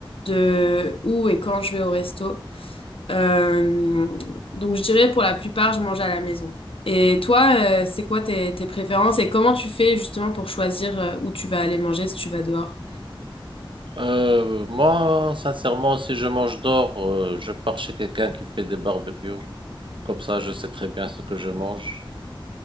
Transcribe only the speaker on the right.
Euh, moi, sincèrement, si je mange dehors, euh, je pars chez quelqu'un qui fait des barbecues. Comme ça, je sais très bien ce que je mange.